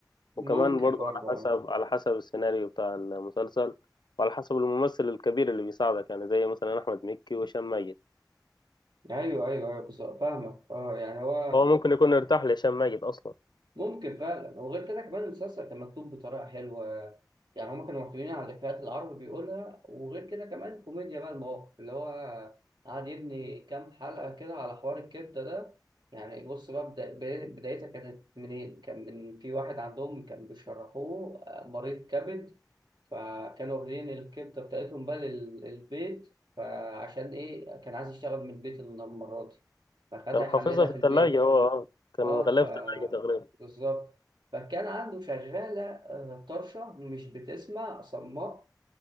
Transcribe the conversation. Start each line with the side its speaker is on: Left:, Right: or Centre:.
Right: ممكن
Left: وكمان برضو
Right: برضه
Left: على حسب
Right: أه
Left: على حسب السيناريو بتاع المسلسل وعلى حسب الممثل الكبير اللي بيساعدك يعني زي مثلا احمد مكي وهشام ماجد
Right: أيوه أيوه أيوه بالظبط فاهمك أه يعني هو
Left: هو ممكن يكون ارتاح لهشام ماجد اصلا
Right: ممكن فعلا وغير كده كمان المسلسل كان مكتوب بطريقة حلوة يعني هما كانوا معتمدين على الإفيهات اللي العربي بيقولها وغير كده كمان كوميديا بقى المواقف اللي هو قعد يبني كام حلقة كده على حوار الكبدة ده يعني بص بقى بدا- بداية- بدايتها كانت منين كان من في واحد عندهم كان بيشرحوه آه، مريض كبد فكانوا واخدين الكبدة بتاعتهم بقى للبيت فعشان إيه كان عايز يشتغل من البيت المرة دي فخدها
Left: كان
Right: يحللها
Left: حافظها في
Right: في
Left: الثلاجه
Right: البيت
Left: هو آه. كان
Right: اه
Left: غلاف
Right: ف
Left: ثلاجه تقريبا
Right: بالظبط فكان عنده شغالة آه، طرشة مش بتسمع صماء